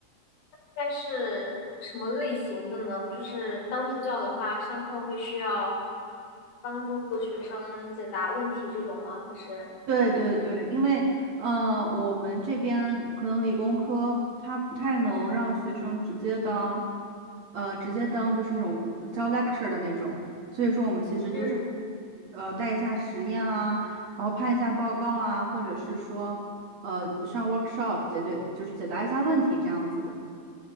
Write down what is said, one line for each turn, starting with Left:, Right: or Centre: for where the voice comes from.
Left: 大概是什么类型的呢？就是当助教的话，上课会需要帮助学生解答问题这种吗？还是？
Right: 对对对，因为呃，我们这边可能理工科它不太能让学生直接当，呃，直接当就是那种教 lecture 的那种，所以说我们其实就是
Left: 嗯。
Right: 呃带一下实验啊，然后判一下报告啊，或者是说呃上 workshop 解决就是解答一下问题这样子的。